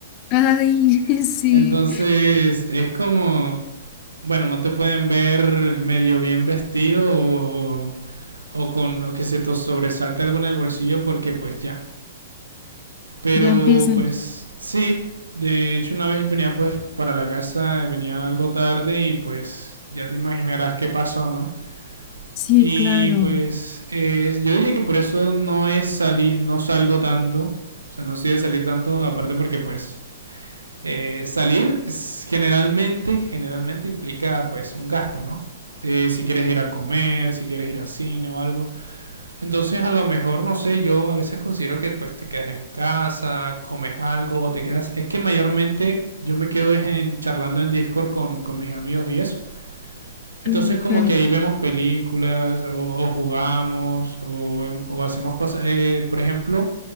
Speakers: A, on the left; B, on the right.
A: Ay, <laughs>
B: <laughs>
A: sí,
B: Entonces es como, bueno, no te pueden ver medio bien vestido o, o con, o que se te sobresalte algo en el bolsillo porque pues ya, Pero
A: ya empiezan.
B: pues sí, de hecho una vez venía pues para la casa, venía algo tarde y pues ya te imaginarás qué pasó, ¿no?
A: Sí,
B: Y
A: claro.
B: pues eh, yo diría que por eso no es salir, no salgo tanto, o sea, no soy de salir tanto, aparte porque pues eh, salir generalmente, generalmente implica pues un gasto, ¿no? Eh, si quieres ir a comer, si quieres ir a cine o algo. Entonces a lo mejor, no sé, yo a veces considero que pues te quedas en casa, comes algo, o te quedas... Es que mayormente yo me quedo es en, charlando en Discord con, con mis amigos y eso. Entonces
A: Mm,
B: como
A: Ok.
B: que ahí vemos películas o, o jugamos o, o hacemos cosas. Eh, por ejemplo,